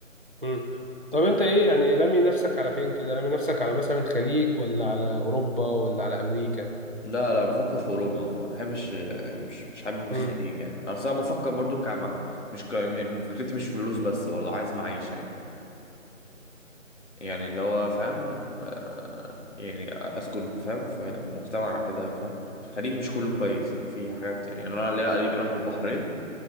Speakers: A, on the right (about 40°); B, on the left (about 60°).
A: امم طب انت ايه يعني رامي نفسك على فين كده رامي نفسك على مثلا خليج ولا على اوروبا ولا على امريكا
B: لا لا بفكر في اوروبا ما بحبش مش مش حابب الخليج
A: امم
B: يعني انا أصل انا بفكر برضو كمع... مش ك... يعني فكرتي مش فلوس بس برضو عايز معيشة يعني يعني اللي هو فاهم آه، يعني اسكن فاهم في مجتمع كده فاهم الخليج مش كله كويس يعني في حاجات يعني يعني انا ليا قريبي راح البحرين